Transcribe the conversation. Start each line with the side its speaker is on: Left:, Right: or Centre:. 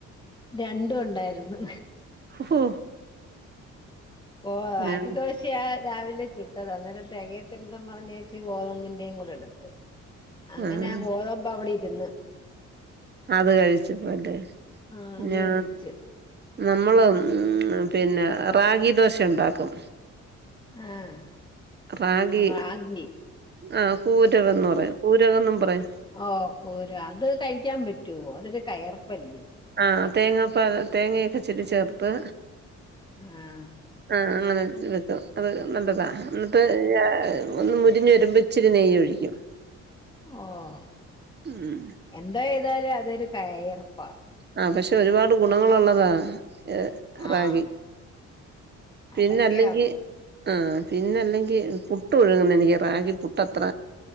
Left: രണ്ടും ഉണ്ടായിര് ന്നു.
Right: ഹോ
Left: ഓ അരി
Right: ഞാൻ
Left: ദോശ യാ രാവിലെ ചുട്ടതാ, അന്നേരം തികയത്തില്ലന്നും പറഞ്ഞെ ച്ച് ഗോതമ്പിന്റെയും കൂടെ ഇടും അങ്ങനെ
Right: ആഹ്
Left: ആ ഗോതമ്പവിടെ ഇരുന്ന്.
Right: അത് കഴിച്ചപ്പോ <unintelligible>
Left: ആഹ് അത്
Right: ന്നാ
Left: കഴിച്ചു
Right: നമ്മള്, പിന്നെ റാഗി ദോശ ഉണ്ടാക്കും.
Left: ആഹ്
Right: റാഗി
Left: റാഗി
Right: ആഹ് പൂരകംന്ന് പറയാ പൂരകംന്നും പറയാ.
Left: ഓഹ് പൂര അത് കഴിക്കാൻ പറ്റോ? അതൊരു കയർപ്പല്ലേ?
Right: ആഹ് തേങ്ങാപ്പാൽ തേങ്ങയൊക്കെ ഇച്ചിരി ചേർത്ത്.
Left: ആഹ്
Right: ആ അങ്ങനെ വെക്കും അത് നല്ലതാ ന്നിട്ട് ഒന്ന് മൊ രിഞ്ഞ് വരുമ്പോ ച്ചിരി നെയ്യ് ഒഴിക്കും.
Left: ഓഹ്
Right: ഉം
Left: എന്താ ഏതായാലും അതൊരു കയർപ്പാ
Right: ആ പക്ഷെ ഒരുപാട് ഗുണങ്ങളുള്ളതാ ഏ റാഗി
Left: ആഹ്
Right: പിന്നെ
Left: അതൊക്കെയാന്ന്
Right: അല്ലെങ്കി- ആഹ് പിന്നെ അല്ലെങ്കി പുട്ട് ഒഴുകുന്ന എനിക്ക് റാഗി പുട്ടത്ര.